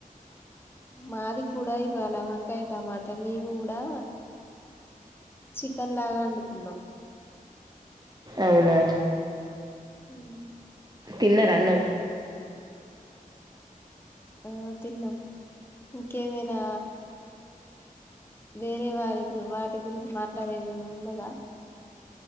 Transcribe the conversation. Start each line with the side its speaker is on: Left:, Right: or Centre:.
Left: మాది కూడా ఇవాళ వంకాయ టమాట మేము కూడా, చికెన్ లాగా వండుకున్నాం.
Right: అవునా
Left: మ్
Right: తిన్నర అన్నం
Left: ఆ తిన్నాం ఇంకేమైనా వేరే వారి గు వాటి గురించి మాట్లాడేదనా ఉన్నదా